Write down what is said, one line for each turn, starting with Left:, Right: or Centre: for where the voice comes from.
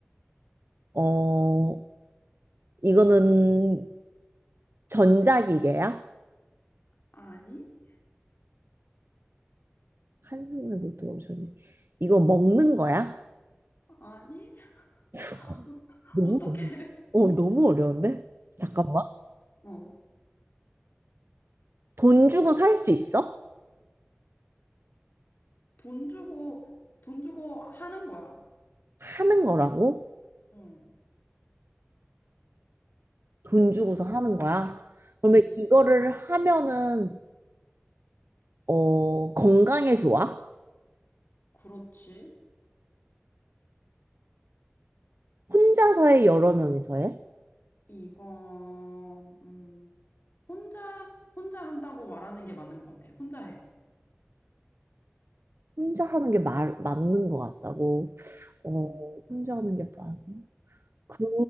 Right: 어, 이거는 전자기계야?
Left: 아니?
Right: 한 손을 못 들어오셨네. 이거 먹는 거야?
Left: 아니?
Right: 어,
Left: <laughs>
Right: 너무
Left: 어떻게?
Right: 어려운데? 어, 너무 어려운데? 잠깐만.
Left: 어.
Right: 돈 주고 살 수 있어?
Left: 돈 주고, 돈 주고 하는 거야.
Right: 하는 거라고?
Left: 응.
Right: 돈 주고서 하는 거야? 그러면
Left: 음,
Right: 이거를 하면은 어, 건강에 좋아?
Left: 그렇지.
Right: 혼자서 해, 여러 명이서 해?
Left: 이거, 음, 혼자, 혼자 한다고 말하는 게 맞는 것 같아. 혼자 해.
Right: 혼자 하는 게 말, 맞는 것 같다고. 어,
Left: 음.
Right: 혼자 하는 게 맞. 그,